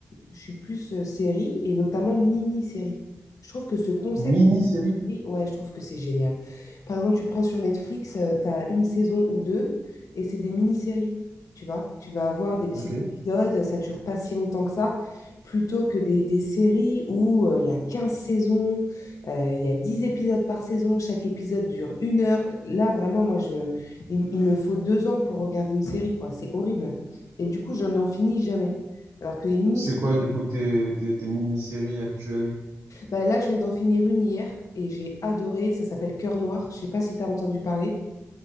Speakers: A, on the left (about 80°); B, on the right (about 70°).
A: je suis plus euh, série et notamment mini-série. Je trouve que ce concept
B: Mini-série?
A: oui, ouais, je trouve que c'est génial. Par exemple, tu prends sur Netflix, euh, tu as une saison ou deux et c'est des mini-séries, tu vois. Tu vas avoir des petits
B: Ok.
A: épisodes, ça dure pas si longtemps que ça, plutôt que des, des séries où euh, il y a 15 saisons, euh, il y a 10 épisodes par saison, chaque épisode dure une heure. Là, vraiment, moi, je, il, il me faut deux ans pour regarder une série, quoi. C'est horrible. Et du coup, je n'en finis jamais. Alors que les mini-séries,
B: C'est quoi du coup tes, tes, tes mini-séries actuelles?
A: Bah, là, je viens d'en finir une hier et j'ai adoré. Ça s'appelle Cœur Noir. Je sais pas si tu as entendu parler.